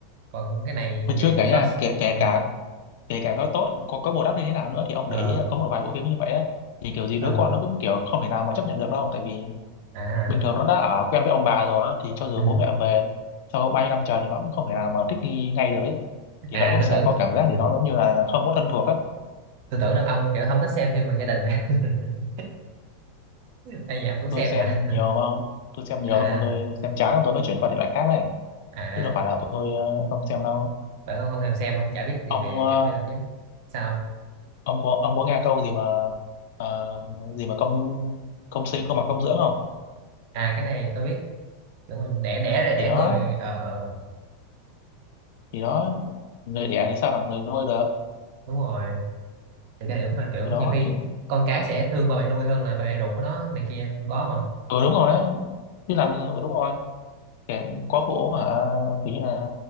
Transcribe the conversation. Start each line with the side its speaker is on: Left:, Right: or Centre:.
Right: còn cái này
Left: mà
Right: vậy
Left: chưa
Right: thì
Left: kể
Right: khó
Left: nha kể kể
Right: Ừ.
Left: cả kể cả có tốt có có bù đắp như thế nào nữa thì ông
Right: ờ
Left: để ý có một vài bộ phim như vậy á thì kiểu gì
Right: Ờ,
Left: đứa con nó cũng kiểu không thể nào mà chấp nhận được đâu tại vì
Right: à
Left: bình thường nó đã ở quen với ông bà rồi á, thì cho dù
Right: ừ.
Left: bố mẹ về sau bao nhiêu năm trời thì nó cũng không thể nào mà thích nghi ngay được ấy
Right: à
Left: thì nó cũng
Right: tôi
Left: sẽ
Right: tưởng
Left: có cảm giác gì
Right: ừ,
Left: đó giống như là không có thân thuộc á
Right: tôi tưởng là ông kiểu không thích xem phim về gia đình <laughs> đây nhà ông cũng
Left: tôi
Right: xem
Left: xem
Right: nha
Left: nhiều mà ông tôi xem nhiều
Right: à
Left: xong rồi tôi xem chán rồi tôi mới chuyển qua thể loại khác này
Right: à
Left: chứ đâu phải là tôi ờ, không xem đâu
Right: bởi ông không thèm xem ông chả biết gì
Left: ông
Right: về
Left: ờ,
Right: cái phim đó chứ sao
Left: ông có ông có nghe câu gì mà ờ, gì mà công công sinh không bằng công dưỡng không
Right: à cái này tôi biết kiểu mình đẻ đẻ ra đẻ
Left: thì đó
Right: người ờ uh,
Left: thì đó người đẻ thì sao bằng người nuôi được
Right: đúng rồi thì cái này đúng là kiểu
Left: thì đó
Right: nhiều khi
Left: thì
Right: con cái sẽ thương ba mẹ nuôi hơn là ba mẹ ruột của nó này kia cũng có mà
Left: ừ đúng rồi đấy chứ làm ừ, đúng rồi kẻ có phụ hả kiểu như là